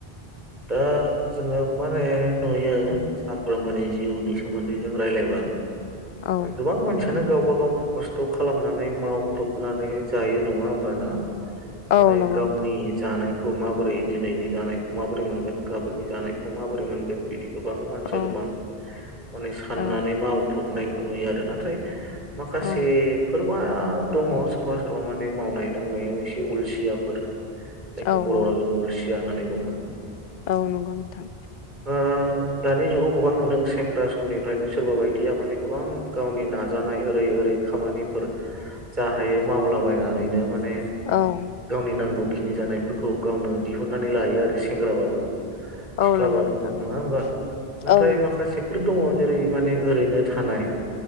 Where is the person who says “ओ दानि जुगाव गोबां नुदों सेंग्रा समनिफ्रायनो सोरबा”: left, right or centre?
Right